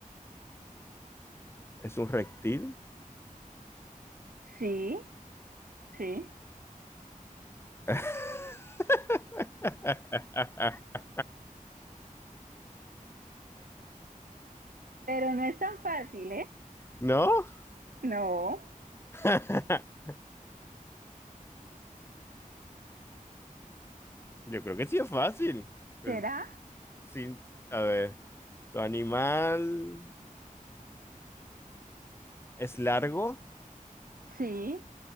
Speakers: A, on the left (about 15°); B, on the right (about 80°).
A: es un reptil.
B: Sí, sí.
A: <laughs>
B: Pero no es tan fácil, ¿eh?
A: ¿No?
B: No.
A: <laughs> Yo creo que sí es fácil. Pues,
B: ¿Será?
A: sí. A ver, ¿tu animal es largo?
B: Sí,